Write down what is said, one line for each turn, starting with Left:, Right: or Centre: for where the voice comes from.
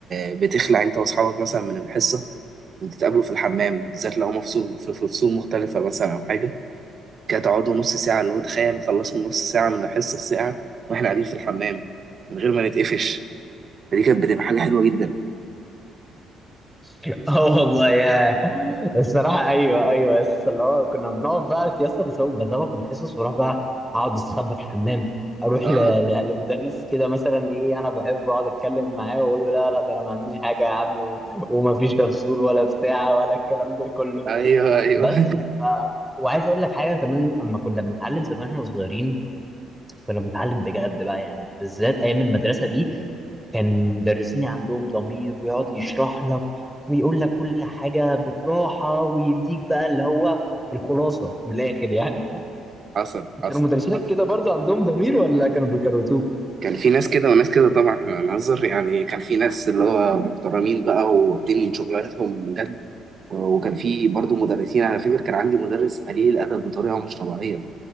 Right: آه، بتخلع انت واصحابك مثلا من الحصة وتتقابلوا في الحمام بالذات لو هما فصول في في فصول مختلفة مثلا أو حاجة كده تقعدوا نص ساعة اللي هو تخيل خلصنا نص ساعة من الحصة الساعة وإحنا قاعدين في الحمام من غير ما نتقفش فدي كانت بتبقى حاجة حلوة جدا
Centre: <laughs> اه والله يا الصراحه ايوه ايوه بس اللي هو كنا بنقعد بقى يا اسطى بسو- بزوغ من الحصص واروح بقى اقعد استخبى في الحمام اروح
Right: اه
Centre: ل... ل... لمدرس كده مثلا ايه انا بحبه اقعد اتكلم معاه واقول له لا لا ده انا ما عنديش حاجه يا عم و... ومفيش تفصيل ولا بتاع ولا الكلام ده كله
Right: ايوه ايوه
Centre: بس
Right: <laughs>
Centre: ف... وعايز اقول لك حاجه كمان اما كنا بنتعلم زمان واحنا صغيرين كنا بنتعلم بجد بقى يعني بالذات ايام المدرسه دي كان مدرسيني عندهم ضمير ويقعد يشرح لك ويقول لك كل حاجه بالراحه ويديك بقى اللي هو الخلاصه من الاخر يعني
Right: حصل حصل
Centre: كانوا مدرسينك
Right: حصل
Centre: كده برضه عندهم ضمير ولا كانوا بيكروتوك؟
Right: كان في ناس كده وناس كده طبعا احنا هنهزر يعني كان في ناس اللي هو محترمين بقى واخدين من شغلانتهم بجد وكان في برضه مدرسين على فكرة كان عندي مدرس قليل الأدب بطريقة مش طبيعية